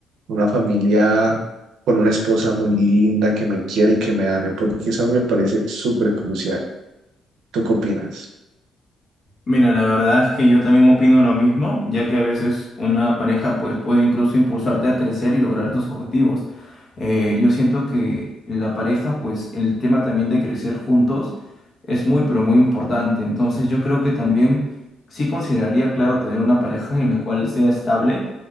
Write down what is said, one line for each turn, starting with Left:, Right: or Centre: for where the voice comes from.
Right: una familia con una esposa muy linda que me quiere y que me ame, porque eso a mí me parece súper crucial. ¿Tú qué opinas?
Left: Mira, la verdad es que yo también opino lo mismo, ya que a veces una pareja pues puede incluso impulsarte a crecer y lograr tus objetivos. Eh, yo siento que la pareja, pues el tema también de crecer juntos es muy, pero muy importante. Entonces yo creo que también sí consideraría, claro, tener una pareja en la cual sea estable